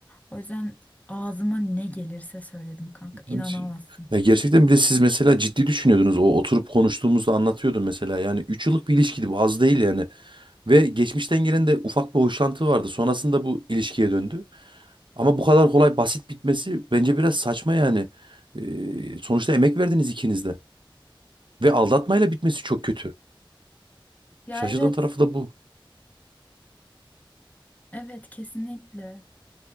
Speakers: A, on the left; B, on the right.
A: O yüzden ağzıma ne gelirse söyledim kanka. İnanamazsın.
B: Hadi. Ya gerçekten bir de siz mesela ciddi düşünüyordunuz. O oturup konuştuğumuzda anlatıyordun mesela. Yani 3 yıllık bir ilişkiydi bu az değil yani. Ve geçmişten gelen de ufak bir hoşlantı vardı. Sonrasında bu ilişkiye döndü. Ama bu kadar kolay basit bitmesi bence biraz saçma yani. Ee, sonuçta emek verdiniz ikiniz de. Ve aldatmayla bitmesi çok kötü.
A: Ya
B: Şaşırdığım
A: evet.
B: tarafı da bu.
A: Evet kesinlikle.